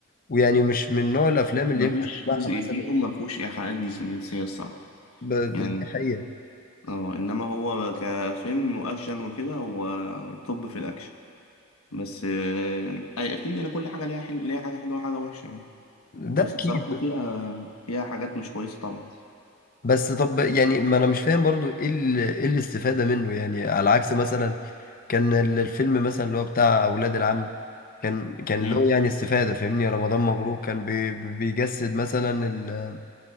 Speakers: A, on the left; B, on the left.
A: ويعني مش من نوع الافلام اللي
B: مفيش
A: ينفع تسمعها
B: جزء
A: مثلا
B: فيهم مفهوش إيحاءات جنسية الصراحة
A: ب...
B: يعني
A: دي حقيقة
B: اه انما هو كفيلم واكشن وكده هو توب في الاكشن بس آه، أي- اكيد يعني كل حاجه ليها حل... ليها حاجه حلوه وحاجه وحشه يعني
A: ده
B: بس
A: اكيد
B: الصراحه فيها فيها حاجات مش كويسه طبعا
A: بس طب يعني ما انا مش فاهم برضو ايه ال- ايه الاستفادة منه يعني على عكس مثلا كان ال- الفيلم مثلا اللي هو بتاع اولاد العم كان كان
B: مم.
A: له يعني استفادة فاهمني رمضان مبروك كان بي بي- بيجسد مثلا ال